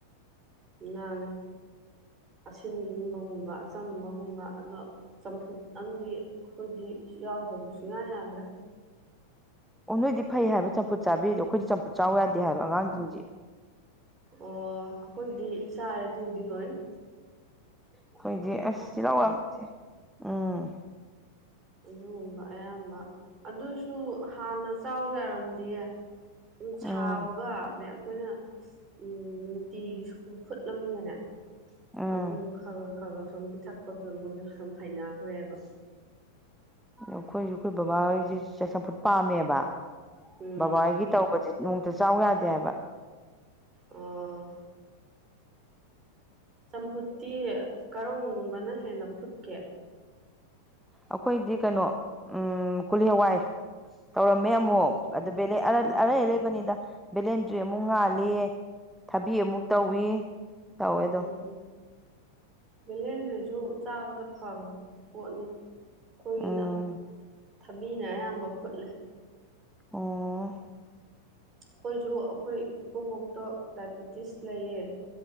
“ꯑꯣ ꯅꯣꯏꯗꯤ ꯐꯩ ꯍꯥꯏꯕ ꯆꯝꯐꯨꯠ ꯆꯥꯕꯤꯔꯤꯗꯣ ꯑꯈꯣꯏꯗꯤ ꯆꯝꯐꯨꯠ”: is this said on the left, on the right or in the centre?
Centre